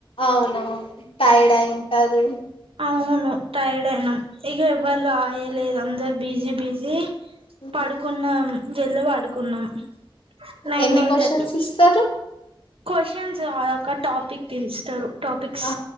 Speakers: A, on the left; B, on the right.
A: అవునవును టైడా ఇంటారు
B: అవును టైర్డ్ అయినా ఇగెవ రాయ లేదు అందరు బిజీ బిజీ
A: ఉమ్
B: పడుకున్నం జల్ల వడు కున్నం నైన్
A: ఎన్ని
B: నైన్
A: క్వశ్చన్స్
B: థర్టి
A: ఇస్తారు
B: కొషన్స్ ఒక టాపిక్ తెలుస్తారు టాపిక్స్
A: ఆ